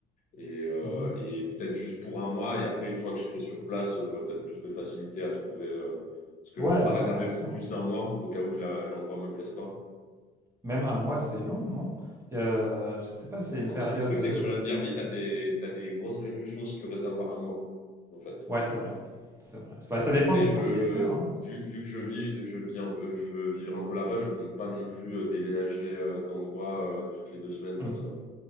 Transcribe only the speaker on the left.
et, euh,
et peut-être juste pour un mois. Et après, une fois que je serai sur place, j'aurai peut-être plus de facilité à trouver euh, parce que
je veux pas
réserver
pour plus d'un mois au cas où que la- l'endroit me plaise pas.
En
fait, le truc,
c'est que sur NBRB, tu as des, t'as des grosses réductions si tu réserves à un mois, en fait.
Et
Après,
je,
vu, vu que je vis, je vis un peu, je veux vivre un peu là-bas, je compte pas non plus euh, déménager euh, d'endroit euh, toutes les deux semaines, quoi,
ça.